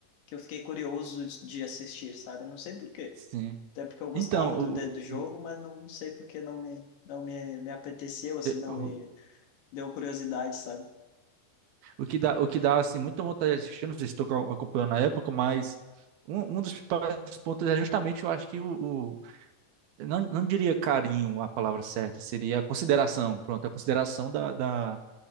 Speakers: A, on the left; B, on the right.
A: que eu fiquei curioso de de assistir, sabe? Não sei por quê.
B: Sim.
A: Até porque eu gostava
B: Então,
A: do,
B: o,
A: de- do jogo,
B: o,
A: mas não sei por que não me, não me, me apeteceu, assim, não
B: o-
A: me deu curiosidade, sabe?
B: O que dá, o que dá assim, muita vontade de assistir, não sei se tu ac- acompanhou na época, mas um, um dos principais pontos é justamente, eu acho que o, o- eu não, não diria carinho a palavra certa, seria a consideração, pronto, a consideração da, da-